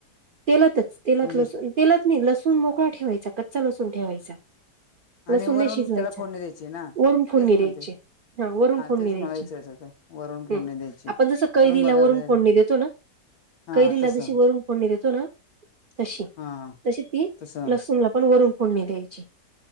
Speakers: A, on the right; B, on the left.
A: तेलातच तेलात
B: म्हणजे
A: लसूण तेलात नाही लसूण मोकळा ठेवायचा कच्चा लसूण ठेवायचा
B: आणि
A: लसूण
B: वरून
A: नाही शिजवायंचा
B: त्याला फोडणी द्यायची ना
A: वरून फोडणी
B: तेच म्हणते
A: द्यायची हा वरून फोनणी
B: तेच
A: द्यायची
B: मला विचारायचं
A: हम्म
B: होतं वरून फोडणी द्यायची
A: आपण जसं कैरीला
B: करून बघा
A: वरून
B: बे
A: फोडणी देतो ना
B: हा
A: कैरीला
B: तसं
A: जशी वरून फोडणी देतो ना अ तशी
B: हा
A: तशी ती
B: तसं
A: लसून ला पण वरून फोडणी द्यायची